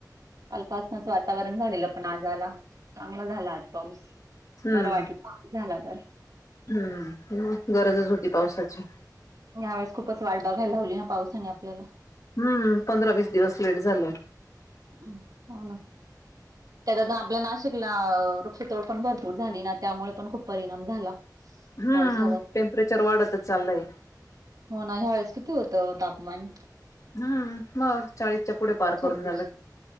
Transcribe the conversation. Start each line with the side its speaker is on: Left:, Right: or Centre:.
Right: कालपासनच वातावरण झालेलं पण आज झाला. चांगला झाला आज पंस
Left: हम्म
Right: बरं वाटलं झाला तर
Left: हम्म गरजच होती पावसाची
Right: यावेळेस खूपच वाट बघायला लावली ना पावसाने आपल्याला
Left: हम्म पंधरा वीस दिवस लेट झालं.
Right: हो ना त्याच्या आपल्या नाशिकला वृक्षतोड पण भरपूर झाली ना त्यामुळे पण खूप परिणाम झाला.
Left: हम्म
Right: पावसावर
Left: टेम्परेचर वाढतच चाललंय,
Right: हो ना ह्या वेळेस किती होतं तापमान
Left: हम्म मग चाळीसच्या पुढे पार
Right: छत्तीस
Left: करून झालं